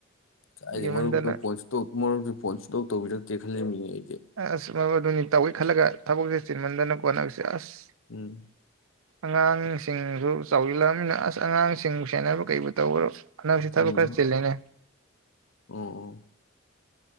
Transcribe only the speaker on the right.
ꯀꯨꯏꯃꯟꯗꯅ
ꯑꯁ ꯔꯕꯔꯗꯨꯅꯤ ꯇꯧꯒꯦ ꯈꯜꯂꯒ ꯊꯕꯛꯁꯦ ꯆꯤꯟꯃꯟꯗꯅ ꯀꯣꯅꯪꯁꯦ ꯑꯁ
ꯑꯉꯥꯡꯁꯤꯡꯁꯨ ꯆꯥꯎꯁꯤꯜꯂꯃꯤꯅ ꯑꯁ ꯑꯉꯥꯡꯁꯤꯡꯕꯨ ꯁꯦꯟꯅꯕ ꯀꯩꯕꯨ ꯇꯧꯕꯔꯣ ꯅꯪꯁꯤ ꯊꯕꯛ
ꯈꯔ ꯆꯤꯂꯦꯅꯦ